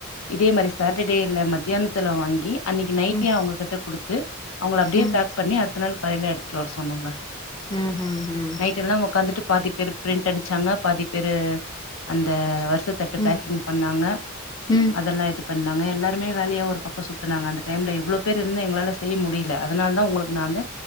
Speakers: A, on the left (about 75°); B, on the left (about 20°).
A: இதே மாரி சாட்டடேல மத்தியானத்துல வாங்கி அன்னைக்கி நைட்டே
B: ம்
A: அவுங்ககிட்ட குடுத்து அவுங்கள அப்டியே
B: ம்
A: பேக் பண்ணி அடுத்த நாள் காலையில எடுத்துட்டு வர சொன்னோங்க
B: ம் ம் ம்
A: நைட்டெல்லா உக்காந்துட்டு பாதி பேரு ப்ரிண்ட் அடிச்சாங்க பாதி பேரு அந்த வருசத்தட்டு
B: ம்
A: பேக்கிங் பண்ணாங்க
B: ம்
A: அதெல்லா இது பண்ணா எல்லாருமே வேலையா ஒருபக்கோ சுத்துனாங்க அந்த டைம்ல எவ்ளோ பேர் இருந்து எங்களால செய்ய முடியல அதனால்தா உங்களுக்கு நா வந்து